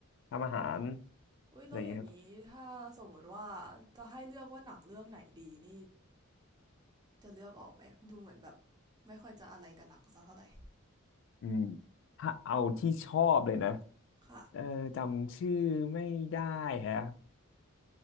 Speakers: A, on the left; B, on the right.
A: ทำอาหาร
B: อุ้ยแล้วอย่างนี้ถ้าสมมติว่าจะให้เลือกว่าหนังเรื่องไหนดีนี่
A: อะไรอย่างเงี้ยครับ
B: จะเลือกออกไหมดูเหมือนแบบไม่ค่อยจะอะไรกับหนังสักเท่าไหร่
A: อืมถ้าเอาที่ชอบเลยนะ
B: ค่ะ
A: เออจำชื่อไม่ได้แฮะ